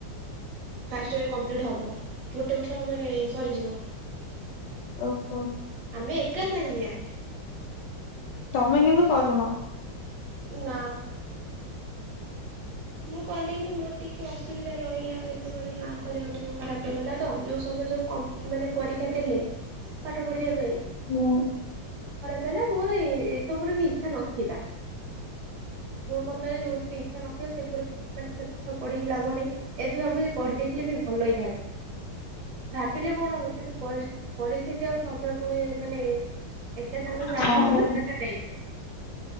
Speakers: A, on the right; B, on the left.
A: ଫାଷ୍ଟ ଇୟର୍ କମ୍ପ୍ଲିଟ୍ ହେବ। ଗୋଟେ ବର୍ଷ ମାନେ ସରିଯିବ।
B: ଓହୋ।
A: ଆମେ ଏକା ସାଙ୍ଗିଆ।
B: ତମେ କିନ୍ତୁ କରୁନ।
A: ନା। ମୁଁ କଲିନି ମୋର ଟିକେ ଅସୁବିଧା ରହିଲା ଯେତେବେଳେ ମାଆଙ୍କ ଦେହ ଟିକେ ଖରାପ ହେଇଗଲା ତ ଯୋଉ ସମୟରେ ସବୁ କ ମାନେ ପରୀକ୍ଷା ଦେଲେ
B: <inaudible>
A: ପାଠ ପଢିବା ପାଇଁ
B: ହୁଁ
A: ଖରାପେ ହେଲା ମୋର ଏ ଏସବୁରେ ବି ଇଛା ନଥିଲା। ମୋ ମତରେ ଯୋଉଥିରେ ଇଛା ନ ସେ <unintelligible> ମାନେ ସେ ପାଠ ପଢେଇକି ଲାଭ ନାହିଁ ଏବେ ଭାବୁଛି କରିଦେଇଥିଲେ ବି ଭଲ ହେଇଥାନ୍ତା। ଭାବିଲେ କଣ ହବ କିନ୍ତୁ ପରି ପରିସ୍ଥିତି ଆଉ ସମୟ ପୁଣି ମାନେ ଏକା ସାଙ୍ଗରେ ସାର୍
B: ହଁ
A: ଦବା ଦରକାର ନା ନାଇଁ